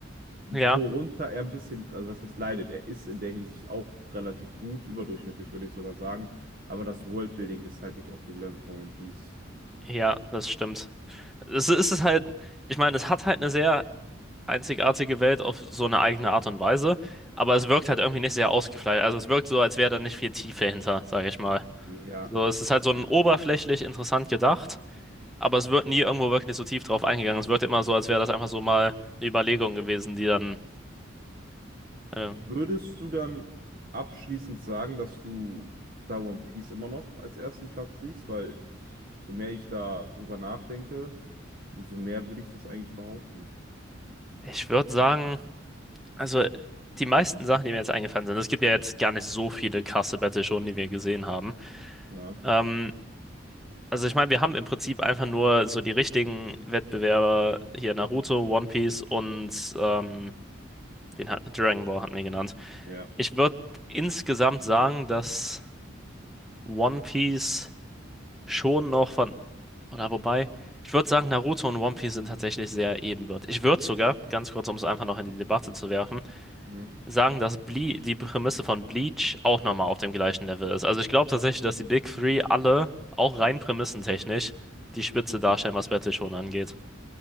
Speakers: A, on the right; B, in the centre.
A: Worunter
B: Ja,
A: er ein bisschen, also was heißt leidet, er ist in der Hinsicht auch relativ gut, überdurchschnittlich würde ich sogar sagen, aber das Worldbuilding ist halt nicht auf dem Level von One Piece.
B: ja, das stimmt. Es ist halt, ich meine, es hat halt eine sehr einzigartige Welt auf so eine eigene Art und Weise. Aber es wirkt halt irgendwie nicht sehr ausgefeilt. Also es wirkt so, als wäre da nicht viel Tiefe hinter, sage ich mal.
A: Ja,
B: So, es ist halt so ein oberflächlich interessant gedacht, aber es wird nie irgendwo wirklich so tief drauf eingegangen. Es wird immer so, als wäre das einfach so mal eine Überlegung gewesen, die dann, ähm,
A: würdest du dann abschließend sagen, dass du da One Piece immer noch als ersten Platz siehst? Weil ich, so mehr ich da drüber nachdenke, umso mehr würde ich das eigentlich behaupten.
B: ich würde sagen, also die meisten Sachen, die mir jetzt eingefallen sind, es gibt ja jetzt gar nicht so viele krasse Battle schon, die wir gesehen haben.
A: Ja,
B: Ähm, Also ich meine, wir haben im Prinzip einfach nur so die richtigen Wettbewerber hier Naruto, One Piece und ähm, den hat, Dragon Ball hatten wir genannt.
A: ja.
B: Ich würde insgesamt sagen, dass One Piece schon noch von, oder wobei, ich würde sagen, Naruto und One Piece sind tatsächlich sehr ebenbürtig. Ich würde sogar, ganz kurz, um es einfach noch in die Debatte zu werfen,
A: Hm.
B: sagen, dass Ble die Prämisse von Bleach auch nochmal auf dem gleichen Level ist. Also ich glaube tatsächlich, dass die Big Three alle, auch rein prämissentechnisch, die Spitze darstellen, was Battle schon angeht.